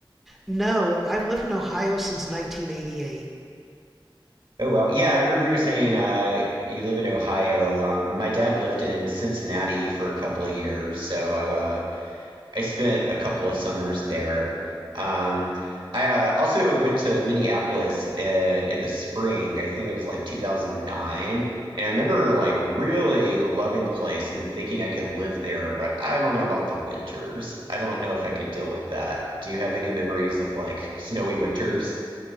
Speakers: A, in the centre; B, on the right.
A: No, I've lived in Ohio since 1988.
B: Oh well, yeah, I remember you saying uh, you live in Ohio. Um, my dad lived in Cincinnati for a couple of years, so I uh, I spent a couple of summers there. Um, I uh, also went to Minneapolis uh, in the spring. I think it was like 2009, and I remember like really loving the place and thinking I could live there, but I don't know about the winters. I don't know if I could deal with that. Do you have any memories of like snowy winters? <laughs>